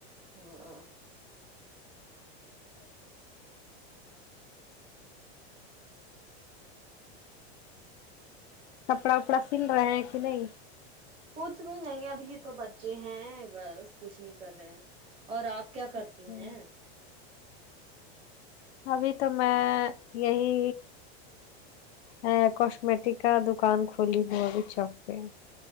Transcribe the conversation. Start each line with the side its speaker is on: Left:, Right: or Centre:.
Right: ہاں
Left: کپڑا وپڑا سل رہے ہیں کہ نہیں
Right: کچھ بھی نہیں ابھی تو بچے ہیں بس کچھ نہیں کر رہے ہیں اور آپ کیا کرتی
Left: اچھا
Right: ہیں
Left: ابھی تو میں یہی ا کاسمیٹک کا دکان کھلی ہوئی ابھی چوک پہ